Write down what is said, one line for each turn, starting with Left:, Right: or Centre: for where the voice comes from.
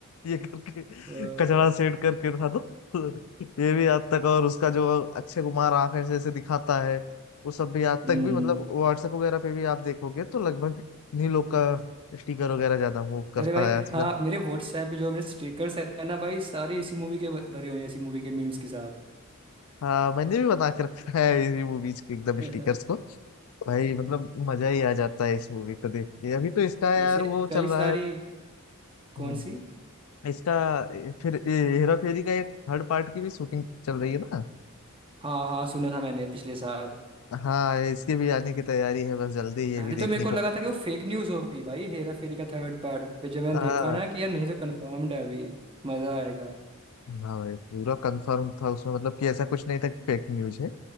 Left: ये करके
Right: वाह।
Left: कचरा सेट करके था दो ये भी आज तक और उसका जो अक्षय कुमार आंखें से ऐसे दिखाता है वो सब भी आज
Right: हम्म
Left: तक भी मतलब व्हाट्सएप वगैरह पे भी आप देखोगे तो लगभग इन्हीं लोग का स्टिकर वगैरह ज्यादा मूव करता
Right: अरे भाई
Left: है आजकल
Right: हाँ मेरे व्हाट्सएप पे जो मेरे स्टिकर्स है ना भाई सारे इसी मूवी के भ- भरे हुए हैं इसी मूवी के मीम्स के साथ
Left: हाँ मैंने भी बना के रखा है इसी मूवीज के एकदम
Right: <laughs>
Left: स्टिकर्स को भाई मतलब मजा ही आ जाता है इस मूवी को देख के अभी तो इसका यार
Right: जैसे
Left: वो
Right: कई
Left: चल रहा
Right: सारी
Left: है
Right: कौन
Left: हम्म,
Right: सी
Left: इसका ए, फिर ए, हेरा फेरी का एक थर्ड पार्ट की भी शूटिंग चल रही है ना
Right: हाँ हाँ सुना था मैंने पिछले साल
Left: हाँ इसके भी आने की तैयारी है बस जल्दी ये
Right: पहले
Left: भी देखने
Right: तो मेरे को
Left: को
Right: लगा
Left: मिल-
Right: था कि वो फेक न्यूज होगी भाई हेरा फेरी का थर्ड पार्ट फिर जब मैंने
Left: हाँ
Right: देखा ना कि यार नहीं तो कंफर्म्ड है अभी मजा आएगा
Left: हाँ भाई पूरा कंफर्म था उसमें मतलब कि ऐसा कुछ नहीं था कि फेक न्यूज है